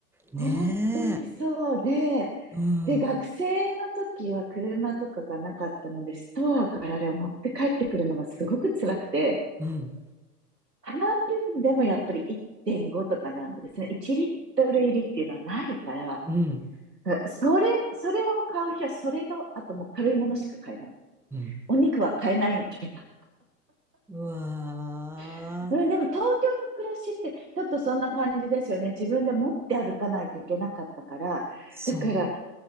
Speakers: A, in the centre; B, on the right.
A: ねえ。
B: 本当にそうで、
A: うん
B: で、学生の時は車とかがなかったので、ストアからあれを持って帰ってくるのがすごく辛くて、
A: うん
B: 半分でもやっぱり1.5とかなんですね。1リットル入りっていうのはないから、
A: うん
B: それ、それを買う日はそれと、あともう軽いものしか買えない。
A: うん。
B: お肉は買えないみたいな。
A: うわー。
B: <laughs> うん、でも東京の暮らしってちょっとそんな感じですよね。自分で持って歩かないといけなかったから。
A: そ
B: だから